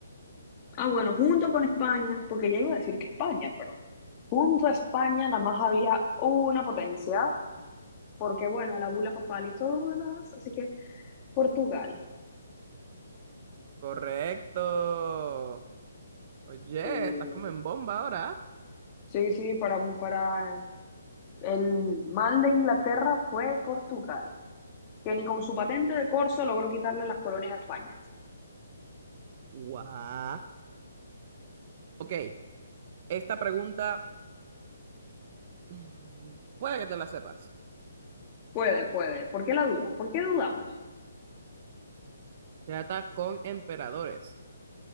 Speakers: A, on the left (about 25°); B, on the right (about 35°).
A: Ah, bueno, junto con España, porque ya iba a decir que España, pero junto a España nada más había una potencia, porque bueno, la bula papal y todo lo demás, así que Portugal.
B: Correcto. Oye,
A: Sí,
B: estás como en bomba ahora.
A: sí, sí, para, para el mal de Inglaterra fue Portugal, que ni con su patente de corso logró quitarle las colonias a España.
B: Guau. Ok, esta pregunta mm, puede que te la sepas.
A: Puede, puede. ¿Por qué la duda? ¿Por qué dudamos?
B: Trata con emperadores.